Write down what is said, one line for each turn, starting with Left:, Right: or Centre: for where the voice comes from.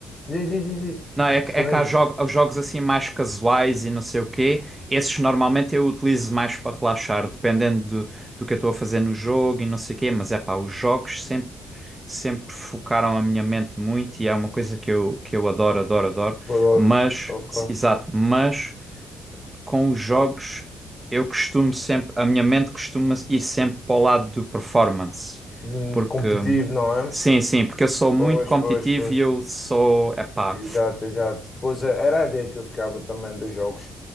Left: diz, diz, diz, diz.
Right: Não, é, que-
Left: Se
Right: é
Left: forem
Right: que há jo- há jogos assim mais casuais e não sei o quê. Esses normalmente eu utilizo mais para relaxar, dependendo do, do que eu estou a fazer no jogo e não sei o quê. Mas é pá, os jogos sempre, sempre focaram a minha mente muito e é uma coisa que eu, que eu adoro, adoro, adoro.
Left: jogadores,
Right: Mas,
Left: ok.
Right: s- exato, mas com os jogos eu costumo sempre, a minha mente costuma ir sempre para o lado do performance.
Left: Hum,
Right: Porque,
Left: Competitivo, não é?
Right: sim, sim, porque eu sou muito
Left: Pois,
Right: competitivo
Left: pois, pois.
Right: e eu sou, é pá.
Left: Exato, exato. Pois é, era a ideia que eu ficava também dos jogos.